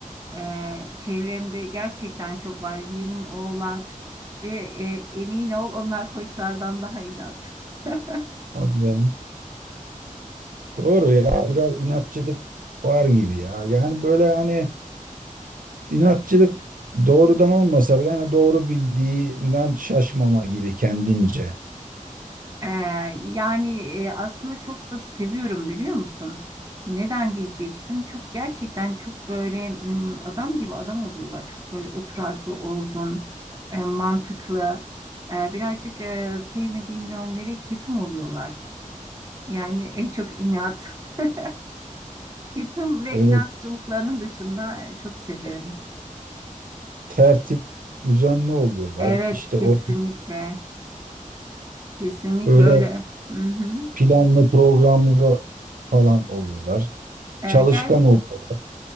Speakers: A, on the right; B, on the right.
A: Ee, çevremde gerçekten çok var. Yeğenim oğlak ve e, emin ol onlar koçlardan daha inat. <laughs>
B: Hadi ya. Doğru ya. Biraz inatçılık var gibi ya. Yani böyle hani inatçılık doğrudan olmasa bile hani doğru bildiğinden şaşmama gibi kendince.
A: Ee, yani e, aslında çok da seviyorum biliyor musun? Neden diyeceksin? Çok gerçekten çok böyle m, adam gibi adam oluyorlar. Çok böyle oturaklı, olgun, e, mantıklı. E, birazcık e, sevmediğim yönlere ketum oluyorlar. Yani en çok inat. <laughs> Ketum ve
B: Evet.
A: inatçılıklarının dışında e, çok seviyorum.
B: Tertip düzenli oluyorlar.
A: Evet,
B: İşte
A: kesinlikle.
B: o
A: Kesinlikle
B: böyle
A: öyle. Hı hı.
B: planlı programlı falan oluyorlar.
A: E,
B: Çalışkan
A: gel
B: oluyorlar.